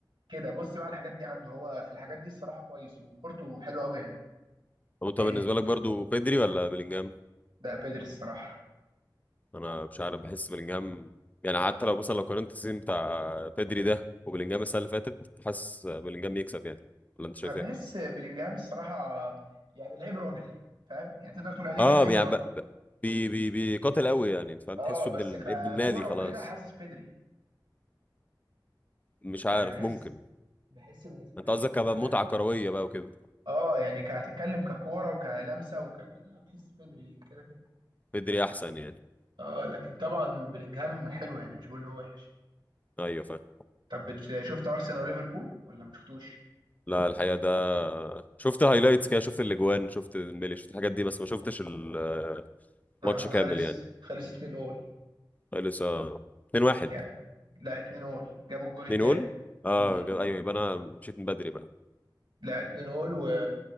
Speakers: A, on the right (about 80°); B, on the left (about 20°).
A: كده بص بقى الحاجات دي عنده هو في الحاجات دي الصراحه كويس وكورته حلوه قوي يعني
B: طب انت
A: يعني
B: بالنسبه لك برضو بيدري ولا بلينجهام
A: ده بيدري الصراحه
B: انا مش عارف بحس بلينجهام يعني حتى لو مثلا لو قارنت السيزون بتاع بيدري ده وبلينجهام السنه اللي فاتت حاسس بلينجهام يكسب يعني ولا انت شايف
A: انا بحس
B: ايه
A: بلينجهام الصراحه يعني لعيب راجل فاهم يعني تقدر تقول عليه
B: اه
A: كلاعب
B: يعني
A: راجل
B: ب- ب- بي بي بيقاتل قوي يعني انت فاهم
A: اه
B: تحسه
A: بس
B: ابن ال-
A: ككوره
B: ابن النادي خلاص
A: وكده حاسس بيدري
B: مش عارف
A: يعني بحس
B: ممكن
A: بحس بالنسبه
B: انت
A: لي الكوره
B: قصدك كمتعه
A: وكده
B: كرويه بقى وكده
A: اه يعني كهتتكلم ككوره وكلمسه وككده بحس بيدري كده كده.
B: بيدري احسن يعني
A: اه لكن طبعا بلينجهام حلو يعني مش بقول ان هو وحش
B: ايوه فاهم
A: طب بتش- شفت ارسنال وليفربول ولا ما شفتوش
B: لا الحقيقة ده شفت هايلايتس كده شفت الاجوان شفت الميلي شفت الحاجات دي بس ما شفتش الماتش
A: آه خلص
B: كامل يعني
A: خلص 2 اول
B: لسه 2-1
A: يعني لا 2 اول جابوا الجون
B: 2
A: التاني
B: جول اه
A: مم.
B: جا- ايوه يبقى انا مشيت من بدري بقى
A: لا 2 اول و